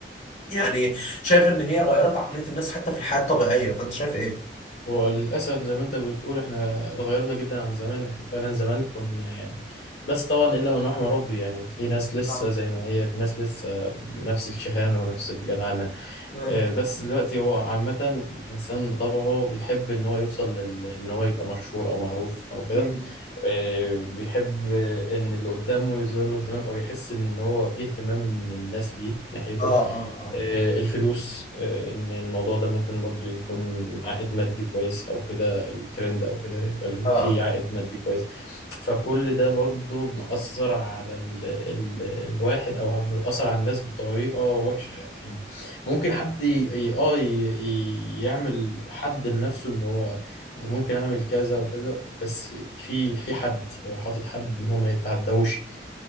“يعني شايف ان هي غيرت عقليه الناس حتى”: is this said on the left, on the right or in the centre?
Left